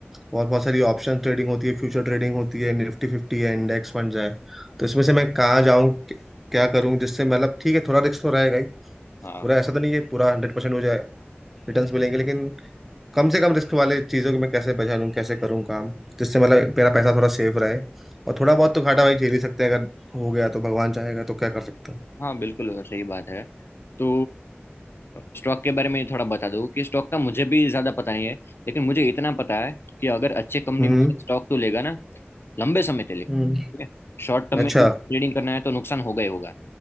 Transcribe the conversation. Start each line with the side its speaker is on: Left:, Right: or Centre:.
Centre: और बहुत सारी ऑप्शन ट्रेडिंग होती है फ्यूचर ट्रेडिंग होती है निफ्टी फिफ्टी है इंडेक्स फंड है तो इसमें से मैं कहाँ जाऊँ क्या करूँ जिससे मतलब ठीक है थोड़ा रिस्क तो रहेगा ही
Left: हाँ
Centre: पूरा ऐसा तो नहीं कि पूरा हंड्रेड परसेंट हो जाए रिटर्न्स मिलेंगे लेकिन कम से कम रिस्क वाले चीज़ों की मैं कैसे पहचानूँ कैसे करूँ काम जिससे मतलब मेरा पैसा थोड़ा सेफ रहे और थोड़ा बहुत तो घाटा भाई झेल ही सकते हैं अगर हो गया तो भगवान चाहेगा तो क्या कर सकते हैं
Left: हाँ बिल्कुल वो सही बात है तो स्टॉक के बारे में थोड़ा बता दूँ कि स्टॉक का मुझे भी ज़्यादा पता नहीं है लेकिन मुझे इतना पता है कि अगर अच्छे कंपनी
Centre: हम्म
Left: में स्टॉक तो लेगा ना लंबे समय के लिए ठीक
Centre: हम्म
Left: है शॉर्ट टर्म
Centre: अच्छा
Left: में ट्रेडिंग करना है तो नुकसान होगा ही होगा